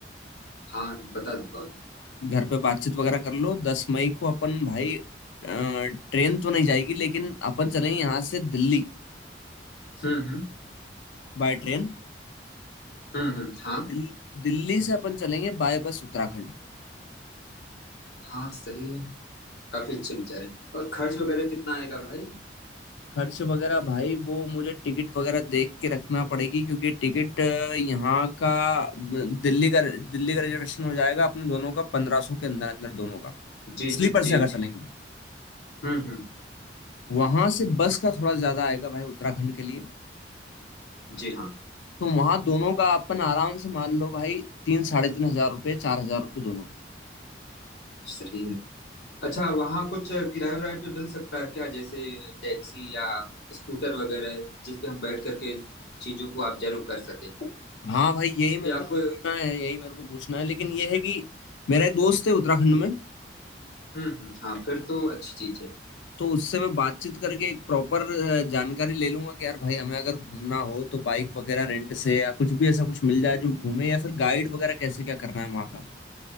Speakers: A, on the left (about 65°); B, on the left (about 80°).
A: हाँ बता दूंगा उन्हें
B: घर पे बातचीत वगैरह कर लो दस मई को अपन भाई ट्रेन तो नहीं जाएगी लेकिन अपन चलेंगे यहाँ से दिल्ली
A: हम्म हम्म
B: बाय ट्रेन
A: हम्म हम्म, हाँ
B: दिल, दिल्ली से अपन चलेंगे बाय बस उत्तराखंड
A: हाँ सही है काफी अच्छे विचार हैं और खर्च वगैरह कितना आएगा भाई
B: खर्च वगैरह भाई वो मुझे टिकट वगैरह देख के रखना पड़ेगी क्योंकि टिकट अ, यहाँ का ब- दिल्ली का दिल्ली का रिजर्वेशन हो जाएगा अपने दोनों का पंद्रह सौ के अंदर अंदर दोनों का
A: जी
B: स्लीपर
A: जी जी
B: से अगर चलेंगे तो
A: हम्म हम्म
B: वहां से बस का थोड़ा ज्यादा आएगा भाई उत्तराखंड के लिए
A: जी हाँ
B: तो वहां दोनों का अपन आराम से मान लो भाई तीन साढ़े तीन हजार रुपये चार हजार रुपये दोनों के
A: सही है अच्छा वहाँ कुछ किराए वराए पे मिल सकता है क्या जैसे टैक्सी या स्कूटर वगैरह जिस पे हम बैठ करके चीजों को ऑब्जर्व कर सके
B: हाँ भाई यही मेरे
A: या
B: को पूछना
A: कोई
B: है यही मेरे को पूछना है लेकिन यह है कि मेरा एक दोस्त है उत्तराखंड में
A: हम्म हम्म हाँ फिर तो अच्छी चीज है
B: तो उससे मैं बातचीत करके एक प्रॉपर जानकारी ले लूंगा कि यार भाई हमें अगर घूमना हो तो बाइक वगैरह रेंट से या कुछ भी ऐसा कुछ मिल जाए जो घूमे या फिर गाइड वगैरह कैसे क्या करना है वहाँ का